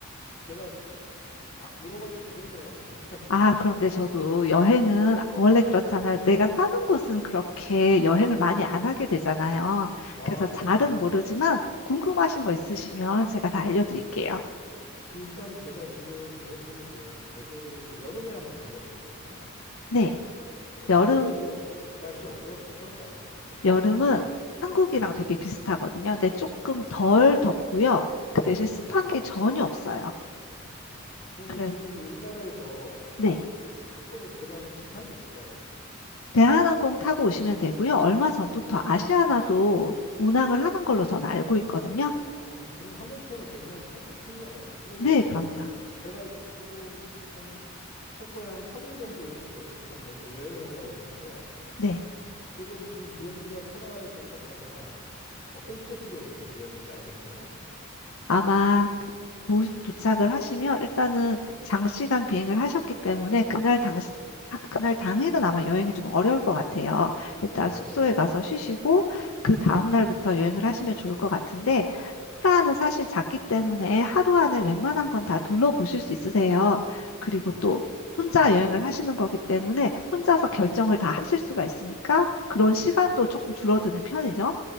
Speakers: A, on the left; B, on the left.
A: 제가 쫙 물어봐도 되겠네요. <laughs>
B: 아, 그런데 저도 여행은 원래 그렇잖아요.
A: 예.
B: 내가 사는 곳은 그렇게 여행을 많이
A: 예.
B: 안 하게 되잖아요.
A: 아,
B: 그래서 잘은
A: 그렇죠.
B: 모르지만 궁금하신 거 있으시면 제가 다 알려드릴게요.
A: 어. 그 일단은 제가 지금 계획하는 게 계절을 여름에 한번 가려고 그러거든요.
B: 네.
A: 예,
B: 여름
A: 여름에도 그 날씨 어떠, 어떨까요? 괜찮을까요?
B: 여름은 한국이랑
A: 예.
B: 되게 비슷하거든요. 근데 조금
A: 아,
B: 덜 덥고요. 그 대신 습한
A: 예.
B: 게 전혀 없어요.
A: 어, 그러면
B: 그래서
A: 지금 우리나라에서
B: 네.
A: 그 체코로 들어가는 직항이 있을까요?
B: 대한항공 타고 오시면 되고요. 얼마 전부터
A: 어,
B: 아시아나도 운항을 하는 걸로 저는 알고 있거든요.
A: 어, 그럼 항공편은 굉장히 편하, 편리하네. 그러면
B: 네, 그럼요.
A: 제가 지금 한 체코에 한 3일 정도 이렇게 일단 먼저 여행을 하려고 그러는데
B: 네.
A: 그럼 지금 비행기가 프라하에 도착하면 어떤 코스로 이렇게 계획을 짜야 될까요?
B: 아마 그 도, 도착을 하시면 일단은 장시간 비행을 하셨기 때문에 그날 당시
A: 네,
B: 하- 그날 당일은 아마 여행이 좀 어려울 것 같아요. 일단
A: 네,
B: 숙소에 가서 쉬시고 그 다음 날부터
A: 예,
B: 여행을 하시면 좋을 것 같은데
A: 네.
B: 프라하는 사실 작기 때문에 하루 안에 웬만한 건 다 둘러보실 수 있으세요. 그리고
A: 아,
B: 또 혼자 여행을 하시는 거기 때문에 혼자서
A: 네.
B: 결정을 다 하실 수가 있으니까 그런
A: 그렇죠.
B: 시간도
A: 예.
B: 조금 줄어드는 편이죠.